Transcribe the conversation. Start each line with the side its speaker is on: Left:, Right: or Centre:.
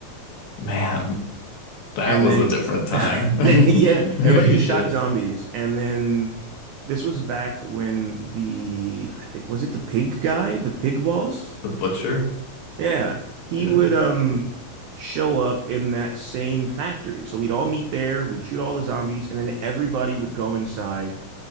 Left: Man, that
Right: And
Left: was
Right: then,
Left: a different time.
Right: <laughs> yeah,
Left: <laughs> Yeah.
Right: everybody just shot zombies. And then this was back when the, I think, was it the pig guy, the pig boss?
Left: The butcher.
Right: Yeah, he
Left: Yeah.
Right: would um show up in that same factory. So we'd all meet there, we'd shoot all the zombies, and then everybody would go inside